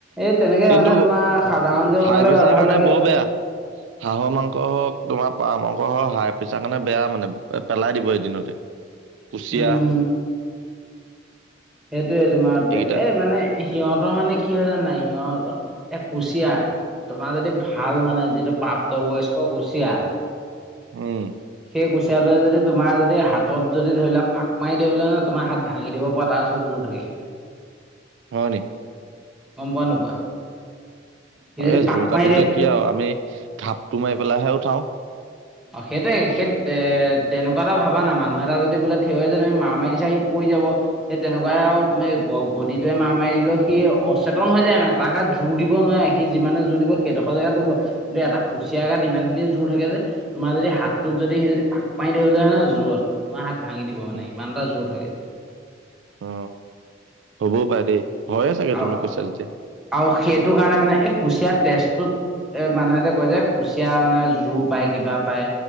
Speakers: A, in the centre; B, on the right.
A: এই তেনেকে
B: কিন্তু
A: মানে তোমাৰ সাধাৰণকে বনালে
B: হাই প্ৰেছাৰ
A: ভাল
B: কাৰণে
A: লাগে।
B: বৰ বেয়া। হাঁহৰ মাংস হওঁক তোমাৰ পাৰ মাংস হওক হাই প্ৰেছাৰ কাৰণে বেয়া মানে পেলাই দিব এদিনতে। কুচিয়া
A: উম সেইটোয়ে তোমাৰ
B: এইকেইটা
A: এ মানে সিহঁতৰ মানে কি হয় জানা নাই সিহঁতৰ এতি কুচিয়া তোমাৰ যদি ভাল মানে টো প্ৰাপ্তবয়স্ক কুচিয়া।
B: উম
A: সেই কুচিয়াটোৱে যদি তোমাৰ যদি হাতত যদি ধৰি লা পাক মাৰি ধৰিবানে তোমাৰ হাত ভাঙি দিব পৰা তাৰপিছত জোৰকে। লাগে।
B: হয় নেকি?
A: গম পোৱা নোপোৱা। সি যদি
B: এই
A: পাক
B: জোৰ কাটোতে
A: মাৰি ধৰি
B: কি আৰু আমি ঘাপটো মাৰি পেলাইাহে উঠাও।
A: অ সেইটো সেই এ তেনেকুৱা এটা ভাবা না মানুহ এটা যদি বোলে থিয় যে তুমি মাৰ মাৰি দিছা সি পৰি। সেই তেনেকুৱাই আৰু তুমি বডিটোৱে মাৰ মাৰি দিলেও সি অচেতন হৈ যায় মানে তাৰ গাত যোৰ জোৰ দিব নোৱাৰে সি যিমানে জোৰ দিব সেইডোখৰ জেগাত দুখৰ কিন্তু এটা কুচিয়াৰ গাত ইমান খিনি জোৰ থাকে যে। তোমাৰ যদি হাতটোত যদি সি যদি পাক পানি ধৰিবলে হয় ন জোৰত তোমাৰ হাত ভাঙি দিব মানে
B: উম,
A: ইমান এটা জোৰ থাকে। <inaudible>
B: অ হ'বও পাৰে দেই। হয়ে চাগে
A: আ
B: তুমি কৈছা যেতিয়া।
A: আৰু সেইটো কাৰণে মানে এই কুচিয়াৰ তেজটোত। এ মানুহে এ যে কয় যে কুচিয়া মানে জোৰ পায় কিবা পায়।